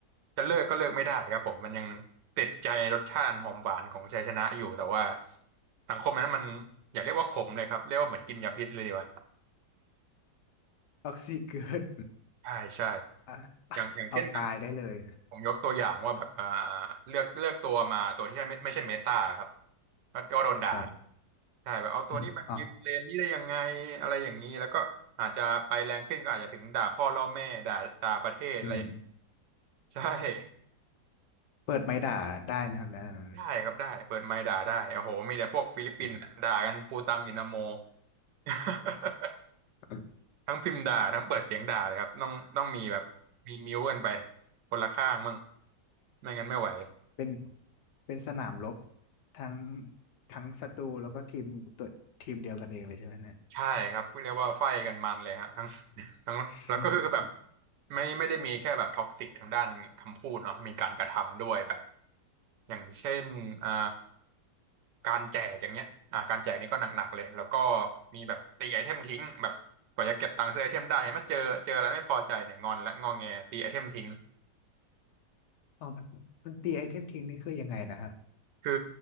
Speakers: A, on the right; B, on the left.
A: จะเลิกก็เลิกไม่ได้ครับผมมันยังติดใจรสชาติหอมหวานของชัยชนะอยู่แต่ว่าสังคมนั้นมันอย่าเรียกว่าขมเลยครับเรียกว่าเหมือนกินยาพิษเลยดีกว่า
B: ท็อกซิเกิด
A: ใช่ใช่
B: อ่ะ
A: อย่างอย่างเช่นแบบ
B: เอาตายได้เลย
A: ผมยกตัวอย่างว่าแบบอ่าเลือกเลือกตัวมาตัวที่ไม่ไม่ใช่เมตาครับก็ก็โดนด่า
B: ครับ
A: ใช่แบบเอาตัวนี้มายืนเลนนี้ได้ยังไงอะไรอย่างนี้แล้วก็อาจจะไปแรงขึ้นก็อาจจะถึงด่าพ่อล่อแม่ด่าด่าประเทศอะไร
B: อมอ๋ออืม
A: ใช่ <laughs>
B: เปิดไม้ด่าได้ไหมครับนะนั้น
A: ได้ครับได้เปิดไมค์ด่าได้โอ้โหมีแต่พวกฟิลิปปินส์อะด่ากันปูตังอินาโม
B: อืม
A: <laughs>
B: <laughs>
A: ทั้งพิมพ์ด่าทั้งเปิดเสียงด่าเลยครับต้องต้องมีแบบมีมิวกันไปคนละข้างมั่งไม่งั้นไม่ไหว
B: เป็นเป็นสนามรบทั้งทั้งศัตรูแล้วก็ทีมตัวทีมเดียวกันเองเลยใช่ไหมเนี่ย
A: ใช่ครับเรียกว่าไฟกันมันเลยฮะทั้ง <laughs> ทั้งแล้วก็คือแบบ
B: <laughs>
A: ไม่ไม่ได้มีแค่แบบท็อกซิกทางด้านคำพูดเนาะมีการกระทำด้วยแบบอย่างเช่นอ่าการแจกอย่างเงี้ยอ่าการแจกนี่ก็หนักๆเลยแล้วก็มีแบบตีไอเทมทิ้งแบบกว่าจะเก็บตังค์ซื้อไอเทมได้เนี่ยมาเจอเจออะไรไม่พอใจเนี่ยงอนและงอแงตีไอเทมทิ้ง
B: อ๋อมันมันตีไอเทมทิ้งนี่คือยังไงนะครับ
A: คือ